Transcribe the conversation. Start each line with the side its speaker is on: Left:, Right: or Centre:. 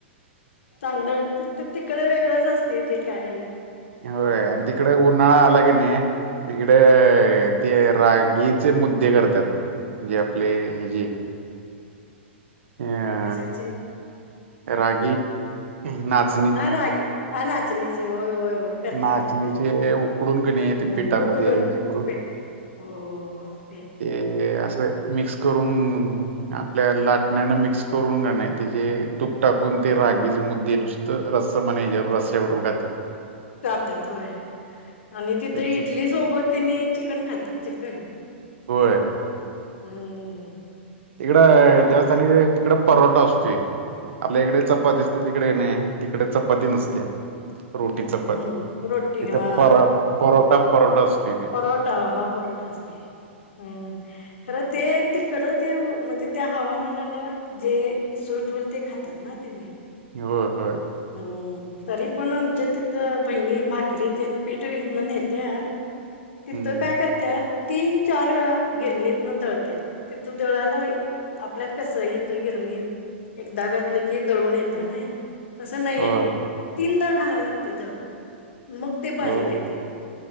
Left: चांगलं ती ती तिकडे वेगळंच असते ते काय.
Right: होय
Left: हम्म
Right: आणि तिकडे उन्हाळा आला की नाही इकडे ते रागीचे मुद्दे करतात जे आपले हे जे ह
Left: कशाचे?
Right: रागी नाच
Left: हा रागी हा नाचणीचे होय होय होय. करत्यात
Right: नाचणीचे
Left: करत्यात करत
Right: उकडून की नाही
Left: हम्
Right: ते पिठामध्ये
Left: उकडून
Right: हे करून
Left: पे हो हो हो ते.
Right: ते असं मिक्स करून आपल्या लाटण्यान मिक्स करून नाही त्याचे तूप टाकून ते रागीचे मुद्दे नुस तर रस् म्हणे जर रस्या बरोबर खातात.
Left: जातात वय आणि तिथे
Right: तेच
Left: इडलीच सोबत तिने चिकन खातात चिकन
Right: होय
Left: हम्म.
Right: तिकड
Left: काय
Right: जास्त आणि तिकड परोठा असतो आपल्या इकडे चपाती असते तिकडे णे तिकडे चपाती
Left: हो
Right: नसते रोटी चपाती
Left: प- हम्म रोटी
Right: तिथे
Left: हा
Right: पर परोठा परोठा असतो.
Left: परोटा हा परोटा असते हम्म. खरं ते तिकड ते म्हणजे त्या हवामानाला जे सुूट होईल ते खातात ना ते नीट.
Right: होय होय
Left: हम् तरी पण आमच्या तिथ बहिणी भाकरी तेन पीठ इथन नेत्या.
Right: हम्म
Left: तिथं काय करत्यात तीन चार वेळा गिरणीतन दळत्यात. तिथं दळाला आपल्यात कसं आहे यथं गिरणीत एकदा घातलं की, दळून येतां ना. तसं नाही
Right: हो
Left: आहे. तीनदा घालायला लागते दळण. मग ते बारीक
Right: हो
Left: येते.